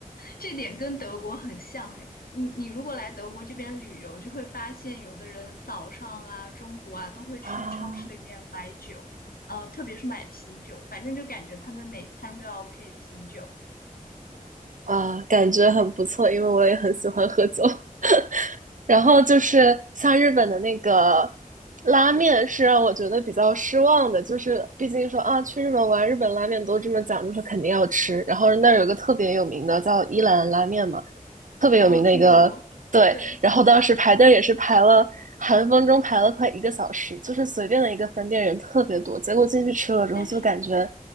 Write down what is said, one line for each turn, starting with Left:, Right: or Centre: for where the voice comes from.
Left: 这点跟德国很像哎，你你如果来德国这边旅游，就会发现有的人早上啊、中午啊都会去超市里面买酒，
Right: 啊。
Left: 呃，特别是买啤酒，反正就感觉他们每餐都要配啤酒。
Right: 啊，感觉很不错，因为我也很喜欢喝酒。<laughs> 然后就是像日本的那个拉面，是让我觉得比较失望的。就是毕竟说啊，去日本玩，日本拉面都这么讲，就是肯定要吃。然后那儿有个特别有名的叫一兰拉面嘛，特别有名的一个，
Left: 哦，听说对我过，没对，
Right: 对。然后当时排队也是排了，寒风中排了快一个小时，就是随便的一个分店人特别多。结果进去吃了之后，
Left: 但是
Right: 就感觉